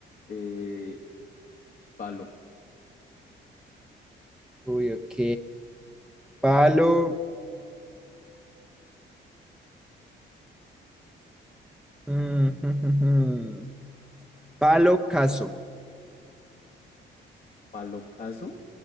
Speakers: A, on the left; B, in the centre.
A: eh, Palo,
B: Uy, ok. Palo. mm, <laughs> Palo caso.
A: Palo Caso,